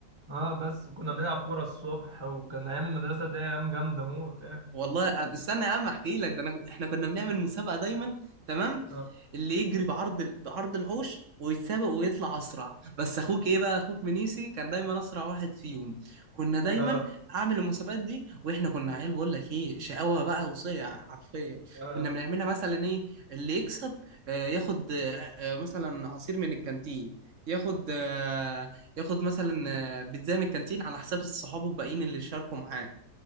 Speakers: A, on the right; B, on the right.
A: اه بس كنا بنلعب كوره الصبح وكان ايام المدرسه دي ايام جامده موت يعني
B: والله أنا- استنى يا عم احكي لك ده أنا... احنا كنا بنعمل مسابقه دايما تمام
A: اه
B: اللي يجري بعرض ال- بعرض الحوش ويتسابق ويطلع اسرع بس اخوك ايه بقى اخوك منيسي كان دايما اسرع واحد فيهم كنا دايما
A: اه
B: اعمل المسابقات دي واحنا كنا عيال بقول لك ايه شقاوه بقى وصيع حرفيا
A: اه
B: كنا بنعملها مثلا ايه اللي يكسب آه، ياخد آه، آه، مثلا عصير من الكانتين ياخد آه، ياخد مثلا آه، بيتزا من الكانتين على حساب صحابه الباقيين اللي شاركوا معاه